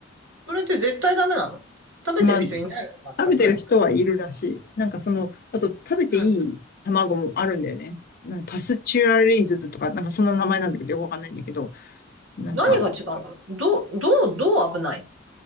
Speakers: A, on the right; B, on the left.
A: それって絶対ダメなの食べてる人いないの全く。
B: まあ、食べてる人はいるらしい。なんかその、あと食べていい卵もあるんだよね。
A: うん。
B: なんかパスチュアリーズズとか、なんかそんな名前なんだけど、よくわかんないんだけど、なんか、
A: 何が違うのどう、どう、どう危ないの